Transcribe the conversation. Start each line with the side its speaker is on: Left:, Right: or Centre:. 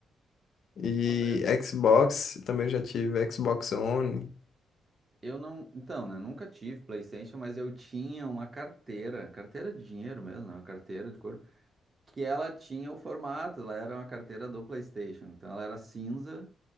Left: e
Right: Nossa, eu,
Left: Xbox. Também já tive Xbox One.
Right: eu não. Então, né? Nunca tive PlayStation, mas eu tinha uma carteira, carteira de dinheiro mesmo, né? Uma carteira de couro, que ela tinha o formato, ela era uma carteira do PlayStation. Então, ela era cinza